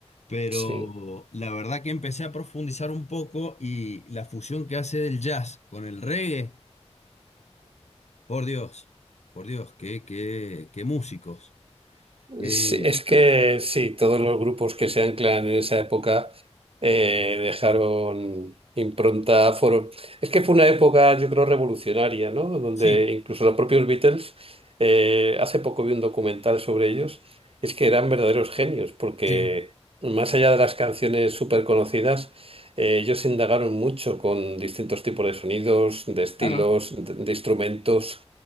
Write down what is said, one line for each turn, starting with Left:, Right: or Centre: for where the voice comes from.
Left: Pero
Right: sí.
Left: la verdad que empecé a profundizar un poco y la fusión que hace del jazz con el reggae, por Dios, por Dios, qué, qué, qué músicos. Qué-
Right: Sí, es que sí, todos los grupos que se anclan en esa época eh, dejaron impronta, fueron... Es que fue una época, yo creo, revolucionaria, ¿no? Donde
Left: Sí,
Right: incluso los propios Beatles, eh, hace poco vi un documental sobre ellos, es que eran verdaderos genios, porque
Left: sí,
Right: más allá de las canciones súper conocidas, eh, ellos indagaron mucho con distintos tipos de sonidos, de estilos,
Left: claro.
Right: de, de instrumentos.